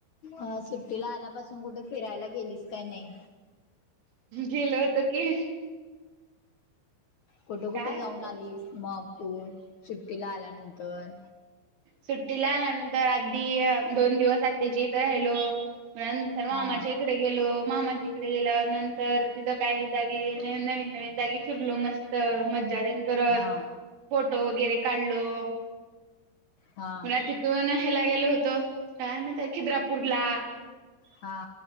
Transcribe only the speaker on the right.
गेलो होतो की.
काय म्हणतात
सुट्टीला आल्यानंतर आधी दोन दिवस आत्याच्या इथं राहिलो. त्यानंतर मामाच्या
इकडे गेलो मामांच्या इकडे गेल्यानंतर तिथं काही जागी नवीन नवीन नवीन जागी फिरलो. मस् मज्जा तेन करत
फोटो वगैरे काढलो.
पुन्हा तिथून ह्याला गेलो होतो, काय म्हणतंय खिद्रापूरला.